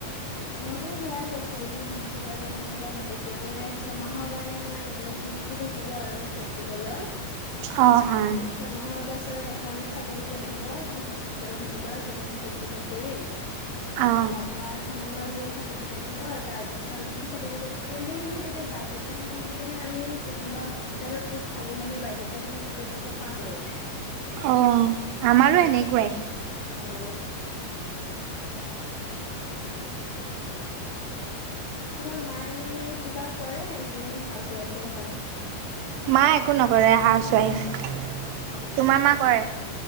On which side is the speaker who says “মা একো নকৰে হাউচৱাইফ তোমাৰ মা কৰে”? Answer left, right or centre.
Right